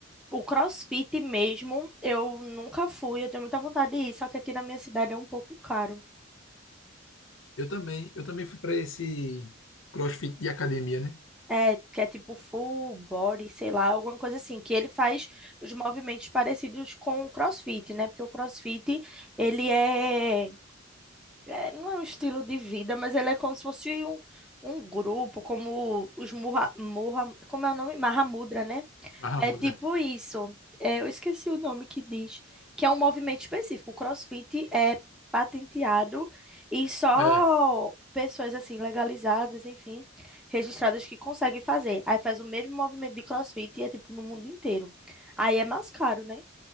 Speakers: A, in the centre; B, on the left.
A: o CrossFit mesmo, eu nunca fui, eu tenho muita vontade de ir, só que aqui na minha cidade é um pouco caro.
B: eu também, eu também fui para esse CrossFit de academia, né?
A: É, que é tipo full body, sei lá, alguma coisa assim, que ele faz os movimentos parecidos com o CrossFit, né? Porque o CrossFit, ele é, é- não é um estilo de vida, mas ele é como se fosse um, um grupo, como os Murra, Murra, como é o nome? Mahamudra, né?
B: Mahamudra.
A: É tipo isso. É, eu esqueci o nome que diz, que é um movimento específico. O CrossFit é patenteado e só
B: É.
A: pessoas assim legalizadas, enfim, registradas que conseguem fazer. Aí faz o mesmo movimento de CrossFit e é tipo no mundo inteiro. Aí é mais caro, né?